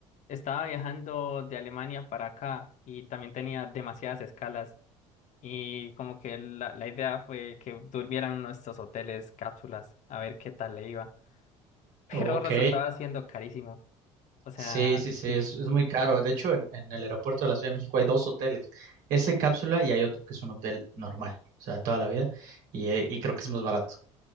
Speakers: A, on the left; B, on the right.
A: estaba viajando de Alemania para acá y también tenía demasiadas escalas y como que la, la idea fue que durmieran en nuestros hoteles, cápsulas, a ver qué tal le iba. <laughs> Pero
B: ok.
A: resultaba siendo carísimo. O sea,
B: Sí, sí, sí,
A: sí.
B: es, es muy caro. De hecho, en, en el aeropuerto de la Ciudad de México hay dos hoteles. Ese cápsula y hay otro que es un hotel normal, o sea, toda la vida. Y, eh, y creo que es más barato.